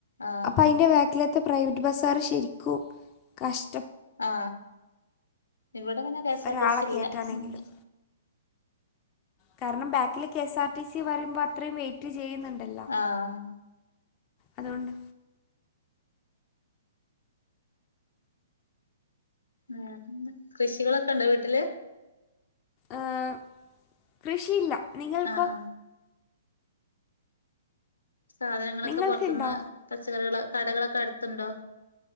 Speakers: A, on the left (about 70°); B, on the left (about 25°).
A: ആഹ്
B: അപ്പൊ അതിൻ്റെ ബാക്കിലത്തെ പ്രൈവറ്റ് ബസ്സുകാർ ശരിക്കും കശ്
A: ആ ഇവിടെ പിന്നെ കെ എസ്
B: ഒരാളെ
A: ആർ ടിസി
B: കയറ്റാണെങ്കിലും.
A: ഇല്ല ഉ
B: കാരണം ബാക്കില് K S R T C പറയ്പോ അത്രയും വെയിറ്റ് ചെയ്യുന്നുണ്ടല്ലോ
A: ആഹ്
B: അതുകൊണ്ട്
A: ആ കൃഷികളൊക്കെ ഉണ്ടോ വീട്ടില്
B: ആ ഏ കൃഷിയില്ല നിങ്ങൾക്കോ
A: ആ ആ സാധനങ്ങളൊക്കെ
B: നിങ്ങൾക്കുണ്ടോ
A: പുറത്തുന്ന് പച്ചക്കറികൾ കടകളൊക്കെ എടുത്തുണ്ടോ